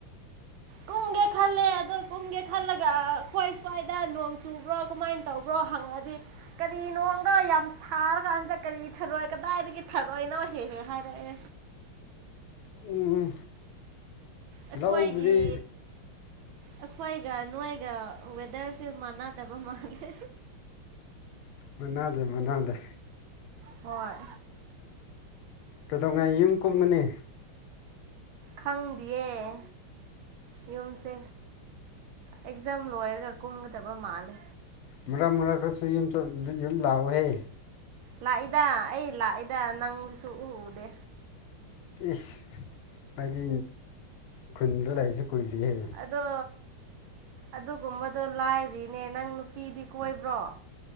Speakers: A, on the right (about 75°); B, on the left (about 80°).
A: ꯀꯨꯝꯒꯦ ꯈꯜꯂꯦ ꯑꯗꯣ ꯀꯨꯝꯒꯦ ꯈꯜꯂꯒ ꯑꯩꯈꯣꯏ ꯁ꯭ꯋꯥꯏꯗ ꯅꫭꯡ ꯆꯨꯕ꯭ꯔꯣ ꯀꯃꯥꯏ ꯇꯧꯕ꯭ꯔꯣ ꯍꯪꯉꯛꯑꯗꯤ ꯀꯔꯤꯅꯣꯝꯒ ꯌꯥꯝ ꯁꯥꯔꯒ ꯗ ꯀꯔꯤ ꯊꯔꯣꯏ ꯀꯗꯥꯏꯗꯒꯤ ꯊꯔꯣꯏꯅꯣ ꯍꯦ ꯍꯦ ꯍꯥꯏꯔꯛꯑꯦ
B: ꯎꯝ
A: ꯑꯩꯈꯣꯏꯒꯤ
B: ꯂꯧ ꯎꯕꯗꯤ
A: ꯑꯩꯈꯣꯏꯒ ꯅꯣꯏꯒ ꯋꯦꯗꯔꯁꯨ ꯃꯥꯟꯅꯗꯕ ꯃꯥꯜꯂꯦ
B: ꯃꯅꯥꯗꯦ ꯃꯅꯥꯗꯦ
A: ꯍꯣꯏ
B: ꯀꯩꯗꯧꯉꯩ ꯌꯨꯝ ꯀꯨꯝꯒꯅꯤ
A: ꯈꯪꯗꯤꯌ‌ꯦ ꯌꯨꯝꯁꯦ ꯑꯦꯛꯖꯥꯝ ꯂꯣꯏꯔꯒ ꯀꯨꯝꯒꯗꯕ ꯃꯥꯜꯂꯦ
B: ꯃꯔꯛ ꯃꯔꯛꯇꯁꯨ ꯌꯨꯝ ꯆꯠ ꯌꯨꯝ ꯂꯥꯛꯑꯣꯍꯦ
A: ꯂꯥꯛꯏꯗ ꯑꯩ ꯂꯥꯛꯏꯗ ꯅꯪ ꯁꯨꯛꯎ ꯎꯗꯦ꯫
B: ꯏꯁ ꯍꯥꯏꯗꯤ ꯈꯨꯟꯗ ꯂꯩꯔꯤꯁꯦ ꯀꯨꯏꯔꯦꯍꯦ
A: ꯑꯗꯣ ꯑꯗꯨꯒꯨꯝꯕꯗꯣ ꯂꯥꯏꯔꯤꯅꯦ ꯅꯪ ꯅꯨꯄꯤꯗꯤ ꯀꯣꯏꯕ꯭ꯔꯣ